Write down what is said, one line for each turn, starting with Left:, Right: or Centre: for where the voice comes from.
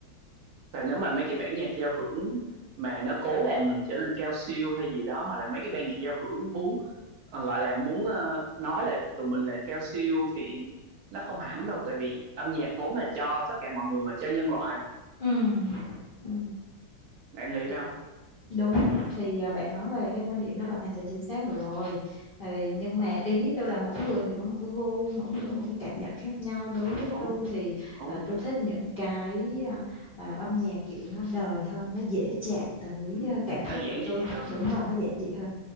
Right: và nếu mà mấy cái bản nhạc giao hưởng mà nó cố làm mình trở nên cao siêu hay gì đó hoặc là mấy cái ban nhạc giao hưởng muốn ờ, gọi là muốn ờ, nói là tụi mình là cao siêu thì nó không hẳn đâu tại vì âm nhạc vốn là cho tất cả mọi người mà cho nhân loại mà
Left: ừ ừ
Right: bạn nghĩ phải không
Left: Đúng thì à, bạn nói là cái quan điểm đó là hoàn toàn chính xác rồi ừ, nhưng mà ý tôi là mỗi người thì có một cái gu mỗi người có một cái cảm nhận khác nhau đối với
Right: đúng
Left: tôi thì
Right: đúng
Left: à, tôi thích những cái à, à, âm nhạc kiểu nó đời hơn nó dễ chạm tới
Right: ừ,
Left: à, cảm
Right: nó
Left: xúc
Right: giản
Left: của
Right: dị
Left: tôi
Right: hơn
Left: đúng rồi nó giản dị hơn